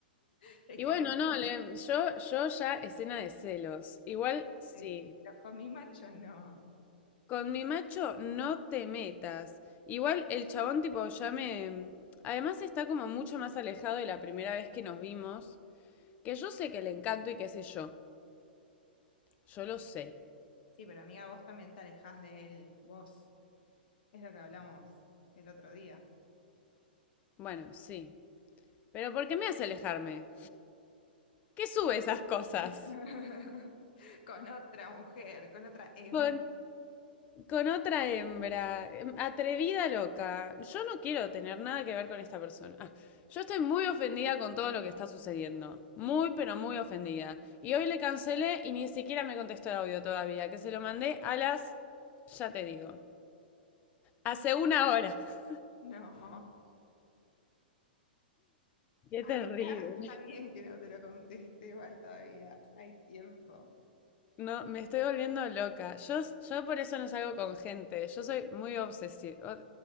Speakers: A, on the left; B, on the left.
A: <laughs> le
B: Y bueno, no, le- yo, yo ya escena de celos. Igual sí.
A: cambié? los comí macho? No.
B: Con mi macho no te metas. Igual el chabón tipo ya me... mm, Además está como mucho más alejado de la primera vez que nos vimos, que yo sé que le encanto y qué sé yo. Yo lo sé.
A: Sí, pero amiga, vos también te alejás de él, vos. Es lo que hablamos el otro día.
B: Bueno, sí. Pero ¿por qué me hace alejarme? ¿Qué sube esas cosas?
A: <laughs> Con otra mujer, con otra em.
B: Por Con otra hembra, em, atrevida loca. Yo no quiero tener nada que ver con esta persona. Ah, yo estoy muy ofendida con todo lo que está sucediendo. Muy, pero muy ofendida. Y hoy le cancelé y ni siquiera me contestó el audio todavía, que se lo mandé a las... ya te digo. Hace una hora. <laughs>
A: No.
B: Qué terrible.
A: Había alguien que no te lo conteste igual todavía. Hay tiempo.
B: No, me estoy volviendo loca. Yo, yo por eso no salgo con gente. Yo soy muy obsesiva.